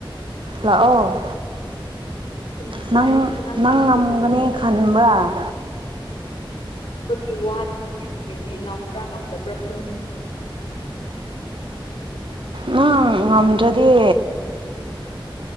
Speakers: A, on the right (about 70°); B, on the left (about 80°).
A: ꯂꯂꯥꯛꯑꯣ
B: ꯐꯨꯅꯁꯦ
A: ꯅꯪ
B: ꯑꯩ ꯐꯨꯅꯅꯤꯡꯕꯅ
A: ꯅꯪ ꯉꯝꯒꯅꯤ ꯈꯟꯕ꯭ꯔꯥ
B: ꯉ꯭ꯔꯒꯤ ꯋꯥꯗꯤꯅꯦ ꯉꯝꯕ꯭ꯔꯥ ꯉꯝꯗꯕ꯭ꯔꯥ ꯐꯨ
A: ꯅꯪ ꯉꯝꯗ꯭ꯔꯗꯤ